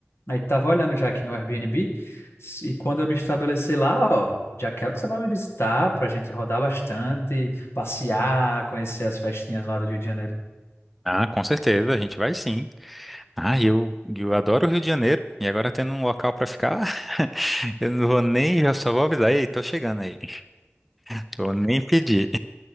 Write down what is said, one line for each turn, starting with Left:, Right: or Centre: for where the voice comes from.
Left: Aí tava olhando já aqui no Airbnb, e quando eu me estabelecer lá, ó, já quero que você vá me visitar para a gente rodar bastante, passear, conhecer as festinhas lá do Rio de Janeiro.
Centre: Ah, com certeza, a gente vai sim. Ah, e eu, eu adoro o Rio de Janeiro e agora tendo um local pra ficar, <laughs> eu não vou nem, eu só vou avisar, ei, tô chegando aí. <laughs> Vou nem pedir.